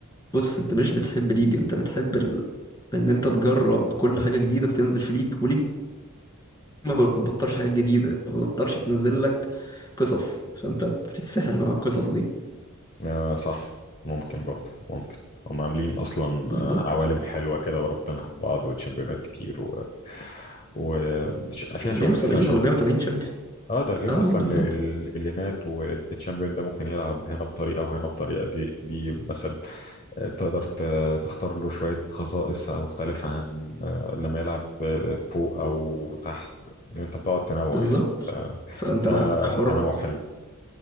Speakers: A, on the left; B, on the left.
A: بص انت مش بتحب ليج انت بتحب ال... ان انت تجرب كل حاجة جديدة بتنزل في ليج وليج ما بتبطلش حاجة جديدة ما بتبطلش تنزل لك قصص فانت بتتسحل مع القصص دي
B: أه صح ممكن برضه ممكن هم عاملين اصلا
A: بالظبط
B: آه، عوالم حلوه كده وربطينها ببعض وتشامبيونات كتير وفيها و... و- ش- فيها
A: 170
B: شغل فيها شغل
A: ولا 180 شامبيون
B: اه ده غير
A: اه
B: اصلا
A: بالظبط
B: ال- ال- اللينات والتشامبيون ده ممكن يلعب هنا بطريقه وهنا بطريقه دي دي مثلا آه، تقدر ت- تختار له شويه خصائص مختلفه عن آه، لما يلعب آه، فوق او تحت انت بتقعد تنوع
A: بالظبط
B: يعني ف-
A: فانت معاك
B: فتنوع
A: حرية
B: حلو